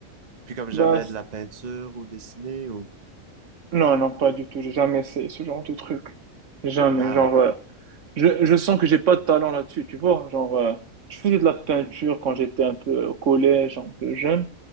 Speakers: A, on the right (about 35°); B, on the right (about 65°).
A: Puis comme jamais
B: Ben, c-
A: de la peinture ou dessiner ou...
B: non, non, pas du tout. J'ai jamais essayé ce genre de truc. Jamais.
A: Ah
B: Genre,
A: oui.
B: euh, Je, je sens que j'ai pas de talent là-dessus, tu vois. Genre, euh, je faisais de la peinture quand j'étais un peu au collège, un peu jeune,